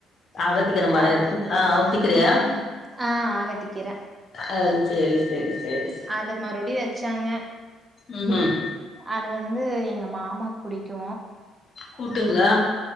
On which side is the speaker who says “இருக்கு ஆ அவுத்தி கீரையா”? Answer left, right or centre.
Left